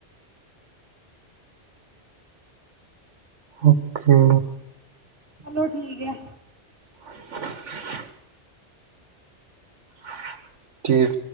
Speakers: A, on the right (about 85°); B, on the right (about 50°).
A: ਓਕੇ।
B: ਚਲੋ ਠੀਕ ਹੈ।
A: <inaudible> <inaudible> ਠੀਕ।